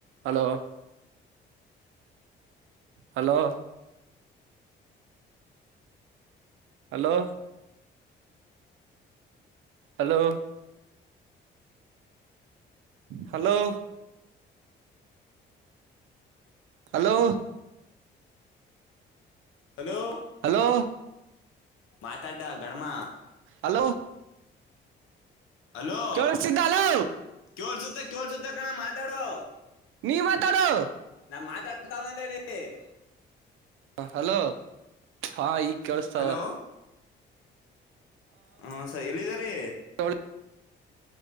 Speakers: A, on the right; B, on the left.
A: Hello hello hello hello hello. Hello.
B: Hello.
A: Hello
B: ಮಾತಾಡ್ಡ ಗಡಮ
A: hello.
B: Hello
A: ಕೇಳಿಸ್ತಿದ್ದ hello
B: ಕೇಳ್ ಸುತ್ತ ಕೇಳ್ ಸುತ್ತ ಕಣ ಮಾತಾಡೋ.
A: ನೀ ಮಾತಾಡುಯೋ.
B: ನಾ ಮಾತಾಡ್ತಾವನಲ್ಲೀ.
A: ಹಲೋ ಹಾ ಈಗ ಕೇಳಸ್ತಾವ.
B: ಹಲೋ ಹ ಸರಿ ಎಲ್ಲಿದ್ದಾರೆ.
A: ಏಳು